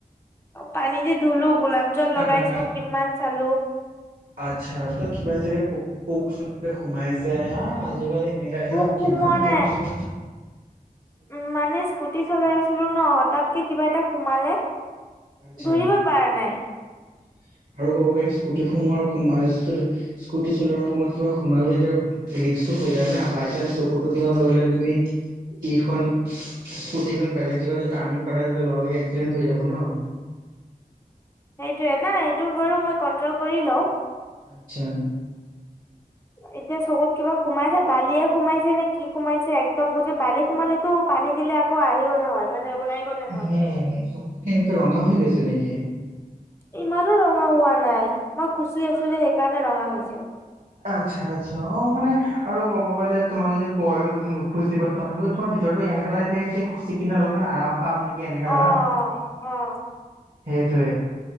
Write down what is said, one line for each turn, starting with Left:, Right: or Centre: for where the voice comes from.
Left: পানী দি ধলো গোলাপ জল
Right: ঠাণ্ডা
Left: লগাইছো
Right: পানী
Left: কিমান চালো
Right: আচ্ছা তই কিবা চাগে পোক পোক চ সোমাইছে আজিকালি। তেনেকাই
Left: মোক
Right: ন
Left: সোমোৱা
Right: কিমান পখছো
Left: নাই উম মানে স্কুটি চলাই আছিলো ন তাতকে কিবা এটা সোমালে
Right: আচ্ছা
Left: ধৰিব
Right: আৰু
Left: পৰা নাই
Right: কব গৈ স্কুটি সোমোৱাৰ সময় স্কুটি চলোৱাৰ সময়ত কিবা সোমাইলে তেতিয়া ৰিক্কটো হৈ যায় না বাই চান্স চকতো কিবা হৈ গলে তুমি ইখন স্কুটিখন বেলেগ জেগাতে টাৰ্ণিং কৰা তেতিয়া লগৰ লগে এক্সিডেণ্ট হৈ যাব ন
Left: সেইটোয়ে ন এইেইটো বো মই কন্ট্ৰল কৰি লও
Right: আচ্ছা
Left: এতিয়া চকুত কিবা সোমাইছে বালিয়ে সোমাইছে নে কি সোমাইছে এক্দম বুজি বালি সোমালেতো পানী দিলে আকৌ আহি হলে হয় মানে ওলাই গ'লে
Right: উম
Left: হয়
Right: চকু কেনেকে ৰঙা হৈ গৈছে নেকি যে
Left: ইমানো ৰঙা হোৱা নাই মই খুচি আছো যে সেইকাৰণে ৰঙা হৈছে
Right: আচ্ছা আচ্ছা অঁ মানে আৰু ক'ব গ'লে তোমাক যদি কয়ও তুমি নুখুচি বা তথাপিও তোমাৰ ভিতৰতো এনেকুৱা লাগি থাকে যে খুচি কিনে অলপমান আৰাম পাম নেকি এনেকা
Left: অ
Right: লাও
Left: অ অ'।
Right: সেই যে